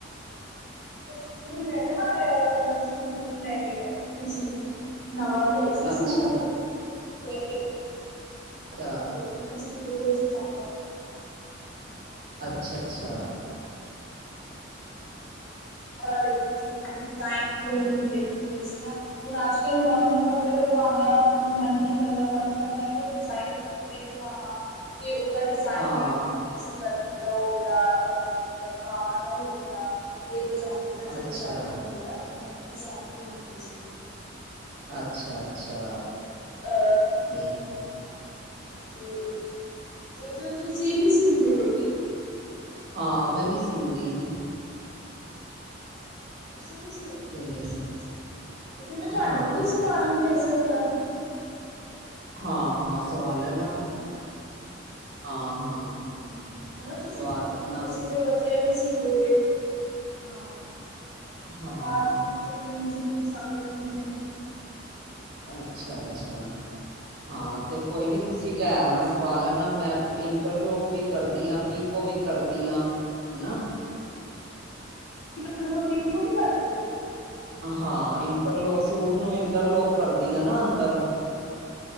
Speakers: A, on the left (about 60°); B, on the right (about 55°).
A: ਕੁਛ ਮੈਂ ਨਾ ਆਪਣਾ ਸੂਟ ਲੈ ਕੇ ਬੈਠ ਸੀ ਨਵਾਂ ਲਿਆਈ ਸੀ
B: ਅੱਛਾ
A: ਸੀ ਸੂਟ ਤੇ
B: ਅੱਛਾ
A: ਜੀ ਤੁਸੀਂ ਕਿਦੇ ਕੋਲ ਸਵਾਣਾ
B: ਅੱਛਾ ਅੱਛਾ
A: ਖਾ ਲਈ ਕਿਵੇਂ ਟਾਈਮ ਤੁਇਮ ਵੇਖਦੀ ਪਈ ਸੀ ਨਾ ਹੁਣ ਅੱਜ ਕੱਲ ਨੋਰਮਲ ਕੱਪੜੇ ਬਣਵਾਉਣ ਦਾ ਮਨ ਨਹੀਂੀ ਕਰਦਾ ਮਨ ਕਰਦਾ ਕੋਈ ਡਿਜ਼ਾਇਨਰ ਕੱਪੜਾ ਹੀ ਬਣਵਾਵਾਂ ਤੇ ਉਹਦਾ ਡੀਸ ਡਿਜ਼ਾਈਨ
B: ਹਾਂ
A: ਗਈ ਸੀ ਗਲੇ ਦਾ ਹੋ ਗਿਆ ਮਤਲਬ ਬਾਵਾਂ ਦਾ ਹੋ ਗਿਆ ਤੇ ਪਜਾਮੇ ਦਾ ਜੋ
B: ਅੱਛਾ
A: ਡਿਜ਼ਾਇਨ ਬਣਦੇ ਆ ਉਹ ਡਿਜ਼ਾਇਨ ਢੂੰਡਹੀ ਸੀ
B: ਅੱਛਾ ਅੱਛਾ
A: ਅ
B: ਠੀਕ ਹੈ
A: ਹਾਂ ਤੇ ਤੇ ਕੇ ਤੇ ਤੁਸੀਂ ਵੀ ਸੀਂਦੇ ਹੋ ਕੀ
B: ਹਾਂ ਮੈਂ ਵੀ ਸੀੀਂਦੀ ਹਾਂ
A: ਤੁਸੀ ਵੀ ਅ
B: ਤੇ
A: ਅ ਤੇ ਫਿਰ ਮੈਂ ਤੁਹਾਡੇ
B: ਹਾਂ
A: ਕੋਲ ਹੀ ਸਵਾਰਾਂਗੀ ਐਸਾ ਕਰਾਂਗੀ
B: ਹਾਂ ਹਾਂ ਸਵਾ ਲੈਨਾ
A: ਹਨ ਨਾ
B: ਹਾਂ ਹਾਂ
A: ਹਮ ਹਨਾ
B: ਸਵਾਲਨ
A: ਤੁਸੀਂ ਤੁਸੀਂ ਫੇਿਰ ਵਧੀਆ ਵੀ ਸੀ ਦੋਗੇ ਹਾਂ
B: ਹਾਂ
A: ਪਰ ਦੀ ਫਿਰ ਮੈਨੂੰ ਇਨੀ ਜਲਦੀ ਪਸੰਦ ਵੀ ਨਹੀਂੀ ਹੈ
B: ਅੱਛਾ ਅੱਛਾ ਹਾਂ ਤੇ ਕੋਈ ਨੀ ਤੁਸੀਂ ਲੈ ਆਣਾ ਸਵਾਲ ਨਾ ਮੈਂ ਇੰਟਰਲੋਕ ਵੀ ਕਰਦੀ ਹਾਂ ਪੀਕੋ ਵੀ ਕਰਦੀ ਹਾ ਹਨਾ
A: ਇੰਟਰਲੋਕ ਔਰ ਪਿਕੋ ਵਿ ਕੀ ਕਰਦੇ ਹੋ
B: ਹਾਂ ਇੰਟਰਲੋਕ ਸੂਟ ਨੂੰ ਇੰਟਰਲੋਕ ਕਰਦੀ ਆ ਨਾ ਅੰਦਰ